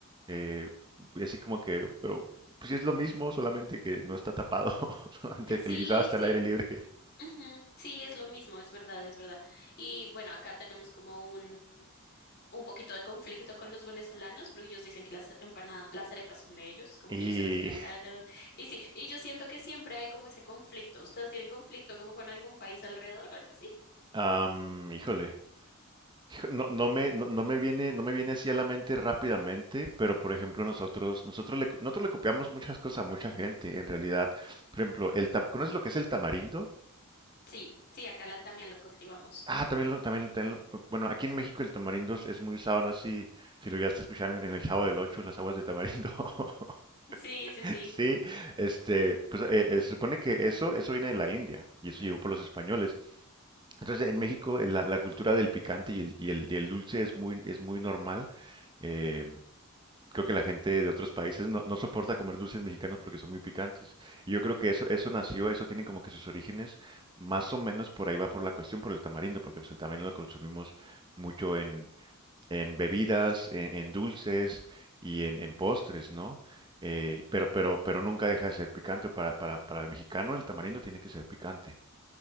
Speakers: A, on the right; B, on the left.
A: Eh, y así como que, pero pues sí es lo mismo, solamente que no está tapado, <laughs> solamente
B: Sí,
A: que el guisado está
B: sí.
A: al aire libre.
B: Ujú, Sí, es lo mismo, es verdad, es verdad. Y bueno, acá tenemos como un, un poquito de conflicto con los venezolanos, porque ellos dicen que las empanadas, las arepas son de ellos, como
A: Y,
B: que ellos se las inventaron. Y sí, y yo siento que siempre hay como ese conflicto. ¿Ustedes tienen conflicto como con algún país alrededor o algo así?
A: am, híjole, hijo- no, no me, no, no me viene, no me viene así a la mente rápidamente, pero por ejemplo nosotros, nosotros le, co- nosotros le copiamos muchas cosas a mucha gente, en realidad. Por ejemplo, el tam- ¿conoces lo que es el tamarindo?
B: Sí, sí, acá la, también lo cultivamos.
A: Ah, también lo, también, también lo- bueno, aquí en México el tamarindo es es muy usado, no sé si, si lo llegaste a escuchar en, en el Chavo del Ocho, las aguas de tamarindo. <laughs>
B: Sí, sí, sí.
A: Sí, este, pues eh, eh, se supone que eso, eso viene de la India y eso llegó por los españoles. Entonces en México eh, la, la cultura del picante y el, y el- y el dulce es muy, es muy normal. eh, creo que la gente de otros países no, no soporta comer dulces mexicanos porque son muy picantes. Y yo creo que eso, eso nació, eso tiene como que sus orígenes, más o menos por ahí va por la cuestión, por el tamarindo, porque pues, el tamarindo lo consumimos mucho en, en bebidas, en, en dulces y en, en postres, ¿no? Eh, pero, pero, pero nunca deja de ser picante. Para, para, para el mexicano el tamarindo tiene que ser picante.